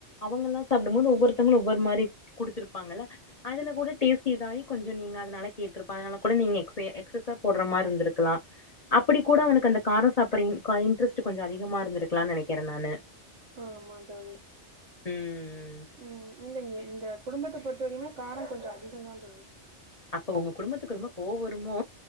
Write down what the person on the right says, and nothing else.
அ
ஆமா தோழி
ம் இல்லைங்க இந்த குடும்பத்த பொறுத்த வரையுமே காரோ கொஞ்சோ அதிகம் தான் தோழி